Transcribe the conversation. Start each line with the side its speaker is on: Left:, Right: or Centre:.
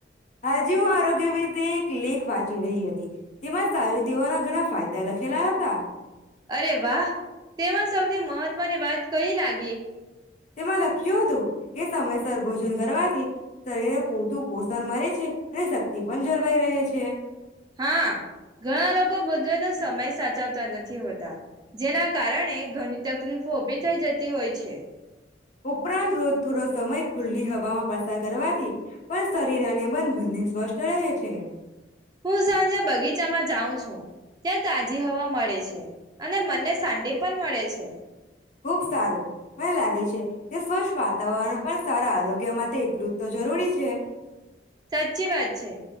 Left: હજી હું આરોગ્ય વિશે એક લેખ વાંચી રહી હતી તેમાં સારી તેઓના ઘણા ફાયદા બધા લખેલા હતા
Right: અરે વાહ તેમાં સૌથી મહત્વની વાત કઈ લાગી
Left: તેમાં લખ્યું હતું કે સમયસર ભોજન કરવાથી શરીર પૂરતું પોષણ મરે છે અને શક્તિ પણ જળવાઈ રહે છે
Right: હા ઘણા લોકો ભોજનનો સમય સાચવતા નથી હોતા જેના કારણે ઘણી તકલીફો ઉભી થઈ જતી હોય છે
Left: ઉપરાંત રોજ થોડો સમય ખુલ્લી હ <unintelligible> પસાર કરવાથી પણ શરીર અને બંધ બને સ્વસ્થ રહે છે
Right: હું સાંજે બગીચામાં જાઉં છું ત્યાં તાજી હવા મળે છે અને મનને શાંતિ પણ મળે છે
Left: ખુબ સારું મને લાગે છે કે સ્વચ્છ વાતાવરણ પણ સારા આરોગ્ય માટે એટલું જ તો જરૂરી છે.
Right: સાચી વાત છે